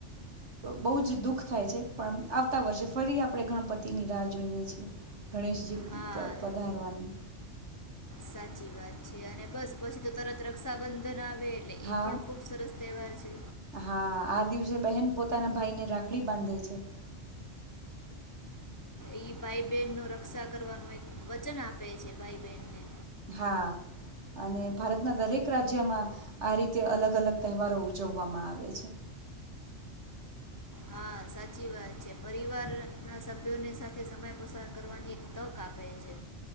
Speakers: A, on the right; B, on the left.
A: બહુ જ દુઃખ થાય છે. પણ આવતા વર્ષે ફરી આપણે ગણપતિની રાહ જોઈએ છીએ. ગણેશજી
B: હા
A: પધારવાની
B: સાચી વાત છે. અને બસ પછી તો તરત રક્ષાબંધન બનાવે એટલે
A: હા
B: એ પણ ખૂબ સરસ તહેવાર છે.
A: હા આ દિવસે બહેન પોતાના ભાઈ ને રાખડી બાંધે છે.
B: ઈ ભાઈ બહેન ન રક્ષા કરવાનું એક વચન આપે છે. ભાઈ બહેનને
A: હા અને ભારતના દરેક રાજ્યમાં આ રીતે અલગ અલગ તહેવારો ઉજવવામાં આવે છે.
B: હા સાચી વાત છે. પરિવાર ના સભ્યોની સાથે સમય પસાર કરવાની એક તક આપે છે.